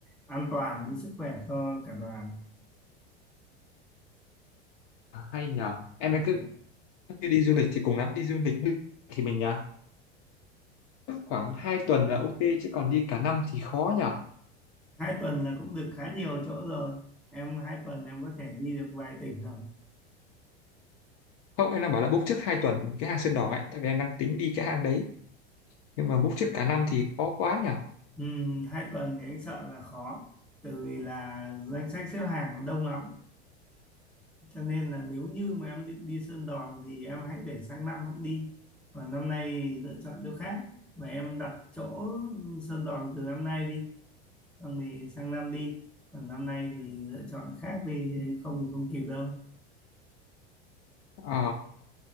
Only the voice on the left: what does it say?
À, Hay nhờ. Em
ấy cứ đi du lịch thì cùng lắm đi du lịch thì mình nhờ. Khoảng 2 tuần là ok chứ còn đi cả năm thì khó nhờ.
Không em đang bảo là book trước 2 tuần cái hang Sơn
Đòn ấy tại vì em đang tính đi cái hang đấy. Nhưng mà book trước cả năm thì khó quá nhờ.
Ờ